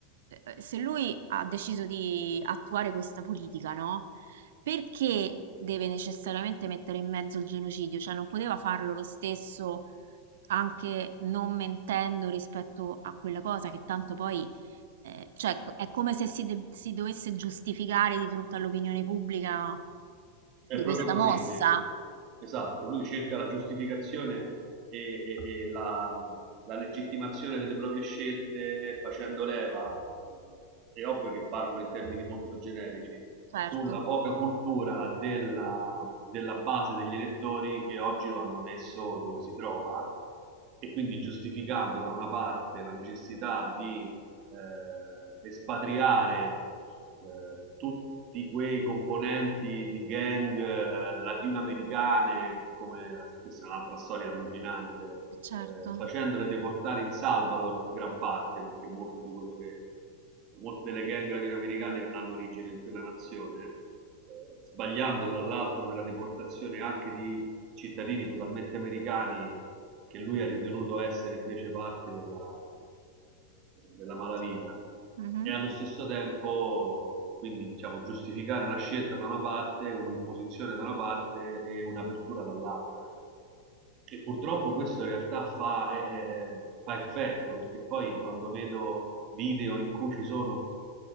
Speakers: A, on the right; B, on the right.
A: eh, eh, se lui ha deciso di attuare questa politica, no? Perché deve necessariamente mettere in mezzo il genocidio? Cioè, non poteva farlo lo stesso anche non mentendo rispetto a quella cosa che tanto poi, eh, cioè, è come se si, de- si dovesse giustificare di fronte all'opinione pubblica
B: È
A: di
B: proprio
A: questa
B: così
A: mossa.
B: invece. Esatto, lui cerca la giustificazione e, e- e la, la legittimazione delle proprie scelte facendo leva, è ovvio che parlo in termini molto generici,
A: Certo,
B: sulla poca cultura della, della base degli elettori che oggi lo hanno messo dove si trova e quindi giustificando da una parte la necessità di eh, espatriare eh, tutti quei componenti di gang eh, latinoamericane, come questa è un'altra storia allucinante,
A: eh, certo.
B: eh, facendole deportare in Salvador in gran parte, perché molto di quello che molte delle gang latinoamericane hanno origine in quella nazione, eh, sbagliando tra l'altro nella deportazione anche di cittadini totalmente americani che lui ha ritenuto essere invece parti della, della malavita
A: Sì. Mhm.
B: e allo stesso tempo quindi diciamo, giustificare una scelta da una parte, un'imposizione da una parte e un'apertura dall'altra e purtroppo questo in realtà fa, eh, eh, fa effetto perché poi quando vedo video in cui ci sono